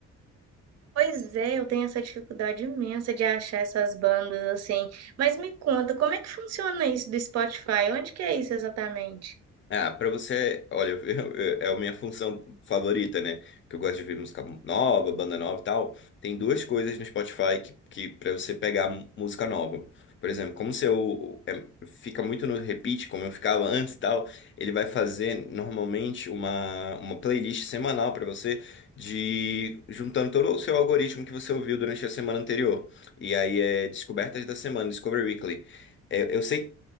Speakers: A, on the right; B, on the left.
A: Pois é, eu tenho essa dificuldade imensa de achar essas bandas assim. Mas me conta, como é que funciona isso do Spotify? Onde que é isso exatamente?
B: Ah, pra você, olha, <laughs> eu- eu- é a minha função favorita, né? Que eu gosto de ouvir música nova, banda nova e tal. Tem duas coisas no Spotify que, que para você pegar m- música nova. Por exemplo, como se eu é, fica muito no repeat, como eu ficava antes e tal, ele vai fazer normalmente uma, uma playlist semanal pra você de juntando todo o seu algoritmo que você ouviu durante a semana anterior. E aí é Descobertas da Semana, Discover Weekly. É, Eu sei